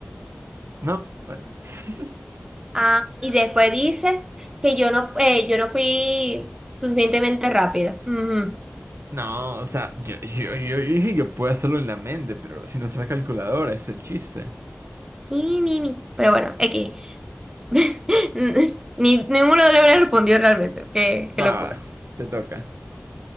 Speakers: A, on the right; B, on the right.
A: No, bueno. <laughs>
B: Ah, y después dices que yo no, eh, yo no fui suficientemente rápida. Ujú.
A: No, o sea, yo, yo, yo dije que puedo hacerlo en la mente, pero sin usar calculadora, ese es el chiste.
B: Y, mi, mi. Pero bueno, X. <laughs> Ni, ninguno de los dos respondió realmente. Qué, qué
A: Va,
B: locura.
A: te toca.